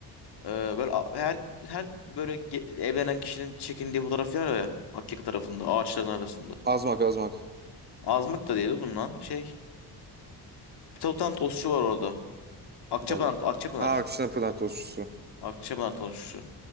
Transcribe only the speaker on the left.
Ee, böyle a- her her böyle ge- evlenen kişinin çekindiği fotoğraf var ya Akyaka tarafında ağaçların arasında.
Azmık da değildi bunun lan. Şey. Bir tane bir tane tostçu var orada. Akçapınar,
Akçapınar.
Akçapınar tostçusu.